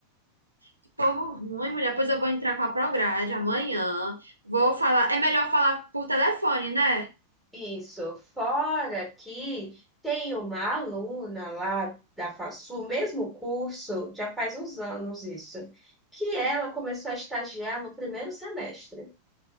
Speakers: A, on the right; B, in the centre.
A: Que povo ruim, mulher. Pois eu vou entrar com a Prograde amanhã. Vou falar. É melhor falar por telefone, né?
B: Isso. Fora que tem uma aluna lá da FASU, mesmo curso, já faz uns anos isso, que ela começou a estagiar no primeiro semestre.